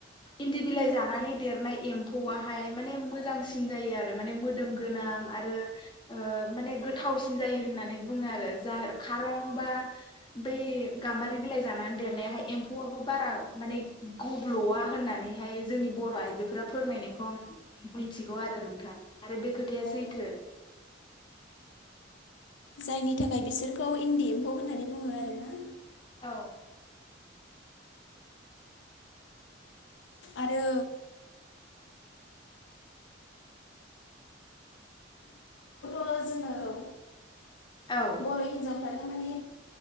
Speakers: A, on the left (about 25°); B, on the left (about 65°).
A: इन्दि बिलाइ जानानै देरनाय एमफौवाहाय माने मोजांसि जायो आरो माने मोदोम गोनां आरो ओ माने गोथावसिन जायो होननानै बुङो आरो जा खारं बा बै गाम्बारि बिलाइ जानानै देरनायाहाय एम्फौआबो बारा माने गब्ल'वा होननानैहाय जोंनि बर' आइजोफोरा फोरमायनायखौ आं मिथिगौ आरो नोंथां। आरो बे खोथाया सैथो
B: औ जायनि थाखाय बिसोरखौ इन्दि एम्फौ होननानै बुङो आरोना
A: औ
B: आरो थ' जोङो
A: औ
B: बर' हिनजावफ्रानो माने